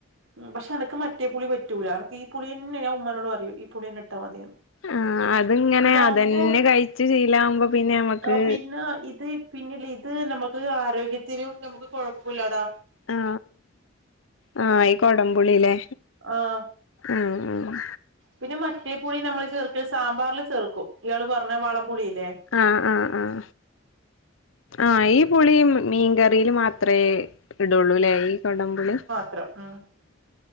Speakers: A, on the right; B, on the left.
A: ഉ പക്ഷെ എനക്ക് മറ്റേ പുളി പറ്റൂല എനക്ക് ഈ പുളി തന്നെ ൻ ഉ്മാനോട് പറൂ ഈ പുളിന്നെ ഇട്ടാ മതിയന്ന്.
B: ആഹ് അതിങ്ങനെ
A: ഇതകുമ്പോം
B: അതന്നെ കഴിച്ച് ശീലാവുമ്പോ പിന്നെ നമ്മക്ക്
A: ആ പിന്നെ ഇത് പിന്നെ ഇത് നമുക്ക് ആരോഗ്യത്തിനന് നമുക്ക് കുഴപ്പമില്ലടാ
B: ആ് ആ ആഹ ഈ കൊടംപളിയിലേ
A: ആഹ്
B: ആ ഉ.
A: പിന്നെ മറ്റേ പുളി നമ്മള് ചേർക്ക സാമ്പാറിൽ ചേർക്കും ഇയാള് പറഞ്ഞ വളംപൊളില്ലേ
B: ആഹ് ആഹ ആഹ ആഹ ഈ പുളി മീൻകറിയിൽ മാത്രമേ ഇടുള്ളൂല്ലേ ഈ കുടംപളി
A: പത്രം ഉ.